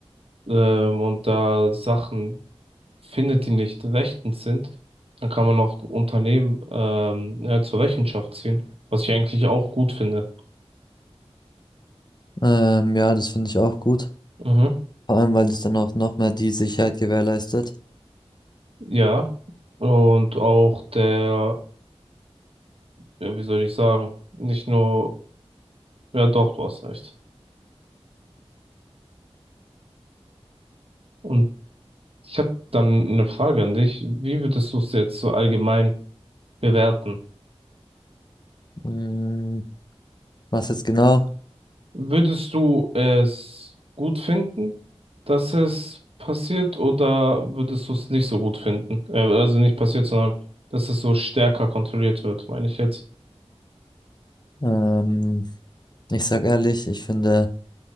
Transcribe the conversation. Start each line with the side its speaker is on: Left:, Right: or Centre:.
Right: ähm, und da Sachen findet, die nicht rechtens sind, dann kann man auch Unternehmen ähm, ja, zur Rechenschaft ziehen, was ich eigentlich auch gut finde.
Left: Ähm, ja, das finde ich auch gut.
Right: Mhm.
Left: Vor allem, weil es dann auch noch mehr die Sicherheit gewährleistet.
Right: Ja. Und auch der, ja, wie soll ich sagen, nicht nur, ja doch, du hast recht. Und ich habe dann eine Frage an dich. Wie würdest du es jetzt so allgemein bewerten?
Left: Mm, was jetzt genau?
Right: Würdest du es gut finden, dass es passiert, oder würdest du es nicht so gut finden? Äh, also nicht passiert, sondern dass es so stärker kontrolliert wird, meine ich jetzt.
Left: Ähm, ich sag ehrlich, ich finde,